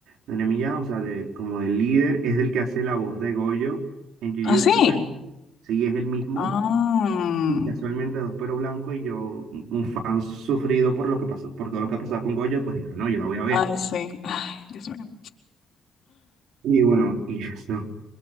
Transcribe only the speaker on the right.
de Nemiya, o sea, de, como del líder, es el que hace la voz de Goyo en Jujutsu
Kaisen. Sí, es el mismo.
Y casualmente dos pero blanco y yo, un un fan sufrido por lo que pasó, por todo lo que ha pasado con Goyo, pues digo, no, yo la voy a ver.
Y bueno, y eso.